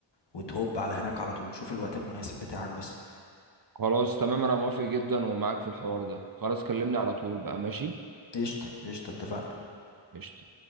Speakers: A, on the left; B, on the right.
A: وتهوب على هناك على طول شوف الوقت المناسب بتاعك بس
B: خلاص تمام انا موافق جدا ومعاك في الحوار ده خلاص كلمني على طول بقى ماشي
A: قشطة قشطة اتفقنا
B: قشطة